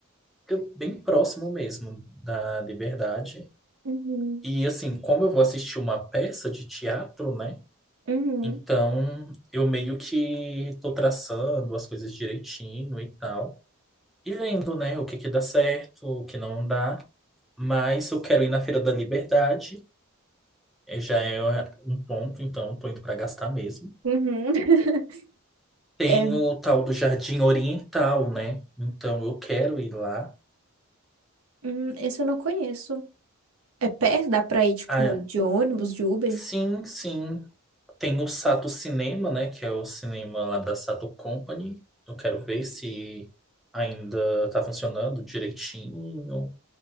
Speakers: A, in the centre; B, on the right.
A: fica bem próximo mesmo da Liberdade.
B: Uhum.
A: E assim, como eu vou assistir uma peça de teatro, né?
B: Uhum.
A: Então, eu meio que tô traçando as coisas direitinho e tal. E vendo, né, o que que dá certo, o que não dá. Mas eu quero ir na Feira da Liberdade É, Já é um ponto, então tô indo para gastar mesmo.
B: Uhum. <laughs>
A: Tem
B: É,
A: o tal do Jardim Oriental, né? Então eu quero ir lá.
B: hum, esse eu não conheço. É perto? Dá pra ir, tipo,
A: Ah,
B: de ônibus, de Uber?
A: sim, sim. Tem o Sato Cinema, né? Que é o cinema lá da Sato Company. Eu quero ver se ainda tá funcionando direitinho.